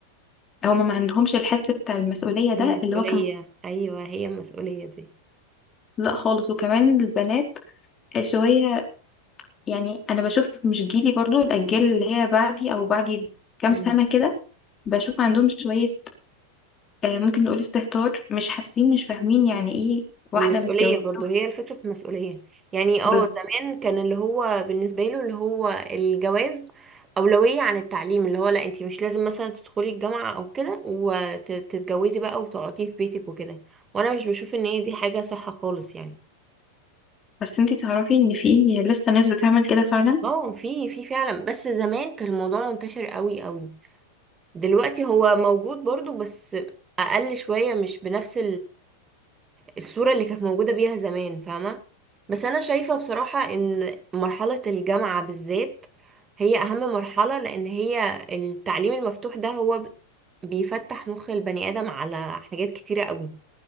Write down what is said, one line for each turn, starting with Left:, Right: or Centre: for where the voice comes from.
Left: هم ما عندهمش الحس بتاع المسؤوليه ده
Right: المسؤوليه
Left: اللي هو كان
Right: ايوه هي المسؤوليه دي
Left: لا خالص وكمان البنات شويه يعني انا بشوف مش جيلي برضو الاجيال اللي هي بعدي او بعدي كام
Right: مم.
Left: سنه كده بشوف عندهم شويه آه، ممكن نقول استهتار مش حاسين مش فاهمين يعني ايه واحده
Right: مسؤولية
Left: متجوزه
Right: برضو هي الفكرة في المسؤولية يعني اه
Left: بس
Right: زمان كان اللي هو بالنسبة له اللي هو الجواز أولوية عن التعليم اللي هو لا انتي مش لازم مثلا تدخلي الجامعة أو كده وتتجوزي بقى وتقعدي في بيتك وكده وأنا مش بشوف إن هي دي حاجة صح خالص يعني
Left: بس انتي تعرفي ان في لسه ناس بتعمل كده فعلا
Right: اه في في فعلا بس زمان كان الموضوع منتشر قوي قوي دلوقتي هو موجود برضو بس أقل شوية مش بنفس الصورة اللي كانت موجودة بيها زمان فاهمة بس أنا شايفة بصراحة إن مرحلة الجامعة بالذات هي أهم مرحلة لأن هي التعليم المفتوح ده هو ب- بيفتح مخ البني آدم على حاجات كتيرة قوي